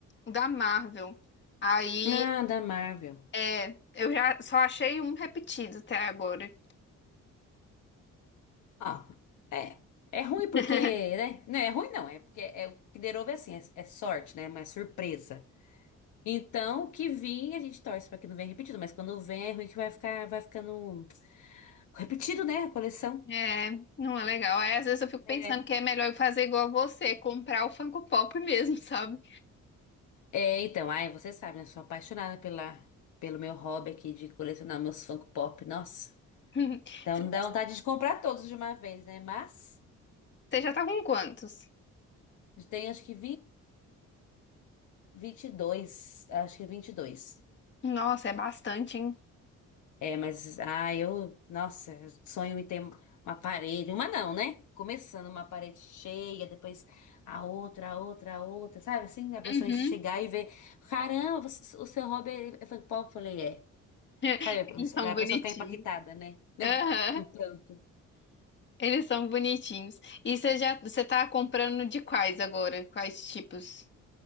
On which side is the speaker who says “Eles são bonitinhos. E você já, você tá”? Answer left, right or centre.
Left